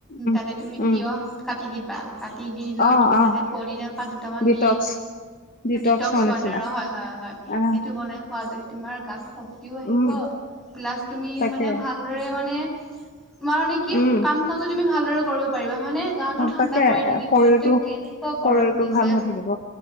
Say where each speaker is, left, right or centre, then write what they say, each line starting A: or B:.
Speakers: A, on the left; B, in the centre.
A: উম
B: তাতে তুমি
A: উম
B: তিয়ঁহ কাটি দিবা। কাটি দি লৈ
A: অ
B: তুমি
A: অ
B: তাতে পদিনাৰ পাত দুটামান
A: ডিটক্স
B: দি
A: ডিটক্সৰ
B: ডিটক্স ৱাটাৰ
A: নিচিনা
B: হয়, হয়, হয়,
A: আহ
B: সেইটো বনাই খোৱদি তোমাৰ গাত শক্তিও আহিব,
A: উম
B: প্লাছ তুমি
A: তাকে
B: মানে ভালদৰে মানে তোমাৰ মানে কি,
A: উম
B: কাম কাজো তুমি ভালদৰে কৰিব পাৰিবা হয় নে গাহটো ঠাণ্ডা
A: তাকে
B: পৰি থাকিব
A: শৰীৰটো
B: এতিয়া কেনেকুৱা গৰম
A: শৰীৰটো
B: দিছে।
A: ভাল হৈ থাকিব